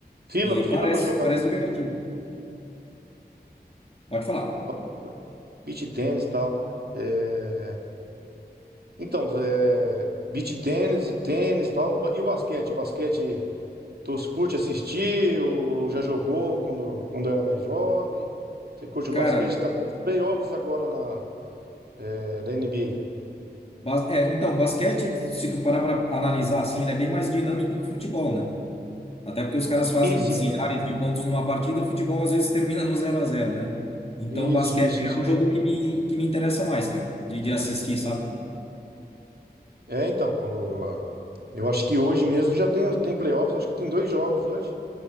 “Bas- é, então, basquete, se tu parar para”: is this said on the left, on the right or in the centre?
Left